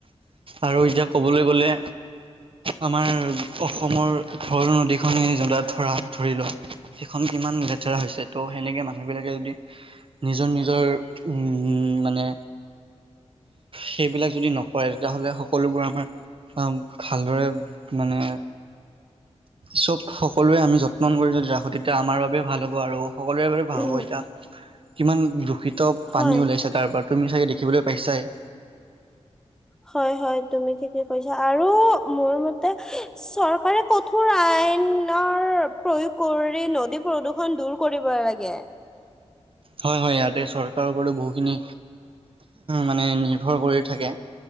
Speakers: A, on the right (about 50°); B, in the centre.
A: আৰু এতিয়া ক'বলৈ গলে আমাৰ অসমৰ ঘৰৰ নদীখনে যত ধৰা ধৰি লোৱা সেইখন কিমান লেতেৰা হৈছে ত' সেনেকে মানুহবিলাকে যদি নিজৰ, নিজৰ উম মানে সেইবিলাক যদি নকৰে। তেতিয়াহ'লে সকলোবোৰ আমাৰ ভালদৰে মানে চব সকলোৱে আমি যত্ন কৰি যদি ৰাখো তেতিয়া আমাৰ বাবে ভাল হ'ব আৰু। সকলোৰে বাবে ভাল
B: উম,
A: হব এতিয়া। কিমান দোষিত ত,
B: হয়
A: পানী ওলাইছে তাৰ পৰা। তুমি চাগে দেখিবলৈ পাইছাই।
B: হয় হয়, তুমি ঠিকে কৈছা, আৰু মোৰ মতে চৰ পাৰে কঠোৰ আইনৰ প্ৰয়োগ কৰি নদী প্ৰদূৰ্ষন দূৰ কৰিব লাগে।
A: হয় হয়, ইয়াতে চৰকাৰৰ ওপৰত বহুখিনি মানে নিৰ্ভৰ কৰি থাকে,